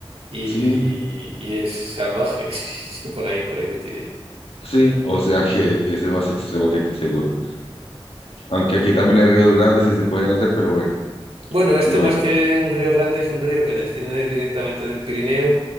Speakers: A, on the right; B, on the left.
A: y,
B: Sí,
A: y es salvaje. <laughs> Sí, por ahí, por ahí me tiré.
B: Sí, o sea que ese es más extremo que aquí seguro. Aunque aquí también hay ríos grandes y se pueden hacer, pero bueno,
A: Bueno, este
B: no
A: más
B: es.
A: que un río grande es un río que desciende directamente del Pirineo